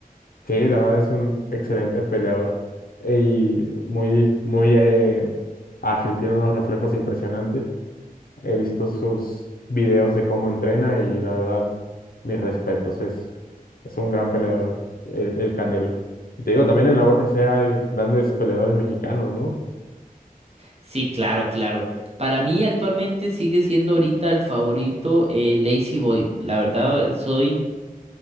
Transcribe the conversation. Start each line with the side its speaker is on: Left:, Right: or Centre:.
Left: Sí, la verdad es un excelente peleador y muy, muy eh, ágil, tiene unos reflejos impresionantes. He visto sus videos de cómo entrena y la verdad, mis respetos, es, es un gran peleador, el, el Canelo. Y te digo, también en la UFC hay grandes peleadores mexicanos, ¿no?
Right: Sí, claro, claro. Para mí actualmente sigue siendo ahorita el favorito eh, Lazy Boy. La verdad, soy